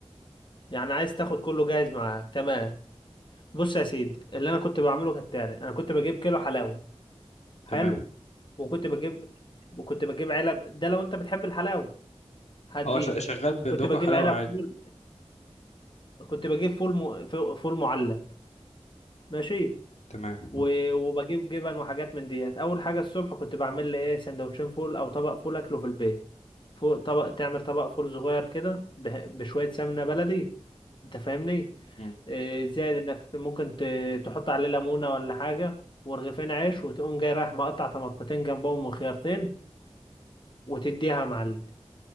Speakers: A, on the left; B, on the left.
A: يعني عايز تاخد كله جاهز معاك تمام بص يا سيدي اللي انا كنت بعمله كالتالي انا كنت بجيب كيلو حلاوه حلو
B: تمام
A: وكنت بجيب وكنت بجيب علب ده لو انت بتحب الحلاوه هتجيب
B: اه ش- شغال ب-
A: كنت
B: باكل
A: بجيب
B: حلاوة
A: علب
B: عادي
A: فول كنت بجيب فول م... فول معلب ماشي
B: تمام
A: و- وبجيب جبن وحاجات من ديت اول حاجه الصبح كنت بعمل لي ايه سندوتشين فول او طبق فول اكله في البيت فوق طبق تعمل طبق فول صغير كده به- بشويه سمنه بلدي انت فاهمني
B: مم.
A: إيه، زائد انك ممكن ت- تحط عليه ليمونه ولا حاجه ورغيفين عيش وتقوم جاي رايح مقطع طماطمتين جنبهم وخيارتين وتديها يا معلم